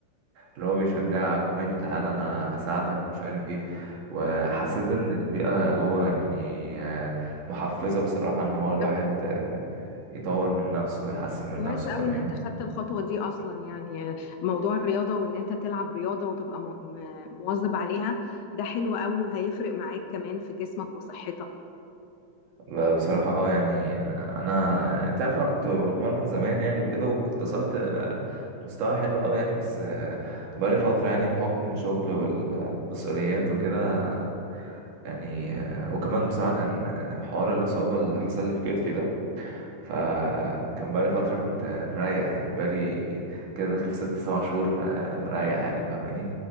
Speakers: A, on the right (about 80°); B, on the left (about 75°).
A: اللي هو بيشجعك وماشي تعالى انا هساعدك ومش عارف ايه وحسيت ان البيئة جوه يعني آه، محفزة بصراحة ان هو الواحد
B: طب
A: آه، يطور من نفسه ويحسن من
B: كويس
A: نفسه
B: قوي
A: فاهمين
B: ان انت خدت الخطوه دي اصلا يعني موضوع الرياضه وان انت تلعب رياضه وتبقى مو- م- مواظب عليها ده حلو قوي وهيفرق معاك كمان في جسمك وصحتك
A: ب- بصراحة اه يعني آه، انا انت عارف انا كنت بتمرن زمان يعني وكده وكنت وصلت آه، مستوى حلو قوي يعني بس آه، بقالي فترة يعني بحكم الشغل والمسؤوليات وكده يعني آه، وكمان بصراحة كان آه، حوار الإصابة اللي حصل لي في كتفي ده فكان بقالي فترة كنت مريح يعني بقالي كده داخل في ست سبع شهور آه، مريح يعني فاهماني